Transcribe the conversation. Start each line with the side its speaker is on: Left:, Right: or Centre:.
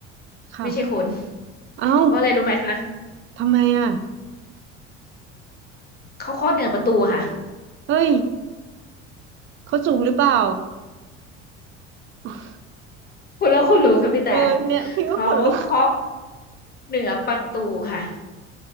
Right: ค่ะ
Left: ไม่ใช่คน
Right: เอ้า
Left: เพราะอะไรรู้ไหมคะ
Right: ทำไมอ่ะ
Left: เขาเคาะเหนือประตูค่ะ
Right: เฮ้ยเขาสูงหรือเปล่า <laughs>
Left: คุณแล้วคุณรู้ค่ะพี่แต่
Right: เออเนี่ยพี่ก็ขนลุก
Left: เขาเคาะเหนือประตูค่ะ